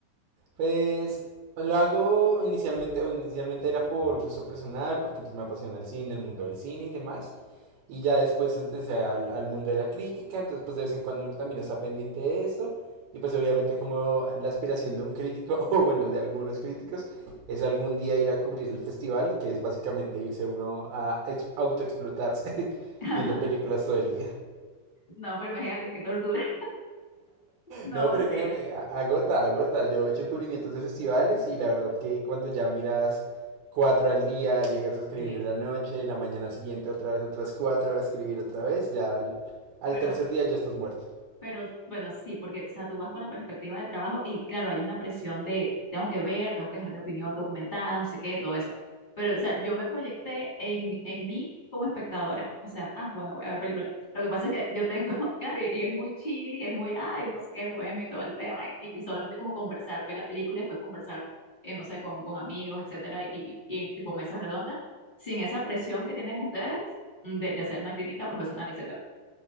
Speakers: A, on the right; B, on the left.
A: Pues lo hago inicialmente, o inicialmente era por gusto personal, porque pues, me apasiona el cine, el mundo del cine y demás. Y ya después empecé al, al mundo de la crítica, entonces pues de vez en cuando uno también está pendiente de esto. Y pues obviamente como la aspiración de un crítico, <laughs> o bueno, de algunos críticos, es algún día ir a cubrir el festival, que es básicamente irse uno a ex- autoexplotarse <laughs>
B: <laughs>
A: viendo películas todo el día.
B: No, pero imagínate qué tortura. <laughs> No,
A: No, pero
B: sí,
A: créeme, a- agota, agota. Yo he hecho cubrimientos de festivales y la verdad que cuando ya miras cuatro al día, llegas a escribir
B: sí,
A: en la noche, la mañana siguiente otra vez otras cuatro, a escribir otra vez, ya al, al
B: pero...
A: tercer día ya estás muerto.
B: Pero bueno, sí, porque o sea, tú vas con la perspectiva del trabajo y claro, hay una presión de tengo que ver, tengo que dejar mi opinión documentada, no sé qué, todo eso. Pero, o sea, yo me proyecté en, en mí como espectadora. O sea, ah, bueno, voy a ver película. Lo que pasa es que yo tengo, <laughs> claro, y, y es muy chill y es muy, ay, no sé qué, bohemio y todo el tema. Y, y solamente como conversar, ver la película y después conversar, eh, no sé, con, con amigos, etcétera, y, y en tipo mesas redondas, sin esa presión que tienen ustedes de, de hacer una crítica profesional, etcétera.